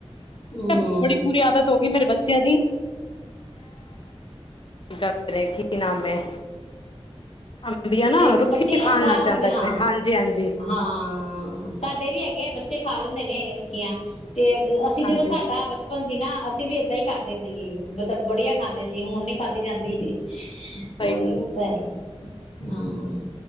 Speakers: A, on the left; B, on the left.
A: ਹਮ
B: ਬੜੀ ਕਬੁਰੀ ਆਦਤ ਹੋ ਗਈ ਮੇਰੇ ਬੱਚਿਆਂ ਦੀ, ਦੇ ਨੇ ਕੀ ਨਾਮ ਹੈ। ਅੰਬੀਆ ਨਾ
A: ਇੱਕ
B: ਰੁੱਖੀਆਂ
A: ਬੱਚੇ
B: ਖਾਣ
A: ਏਦਾਂ
B: ਲੱਗ ਜਾਂਦੇ
A: ਅੰਬ ਹਾਂ
B: ਨੇ ਹਾਂਜੀ ਹਾਂਜੀ।
A: ਹਾਂ ਸਾਡੇ ਵੀ ਹੈਗੇ ਆ ਬੱਚੇ ਖਾ ਲੈਂਦੇ ਨੇ। ਗਿਆ ਤੇ ਅਸੀਂ
B: ਹਾਂਜੀ।
A: ਜਦੋਂ ਸਾਡਾ ਬਚਪਨ ਨ ਸੀ ਨਾ, ਅਸੀਂ ਵੀ ਏਦਾਂ ਹੀ ਕਰਦੇ ਸੀਗੇ, ਮਤਲਬ ਬੜੀਆ ਖਾਂਦੇ ਸੀ, ਹੁਣ ਨੀ ਖਾਧੀ ਜਾਂਦੀ।
B: ਸਹੀ
A: ਹੁਣ
B: ਗੱਲ
A: ਨਹੀਂ ਖਾਦਾ ਜਾਂਦਾ। ਹਮ।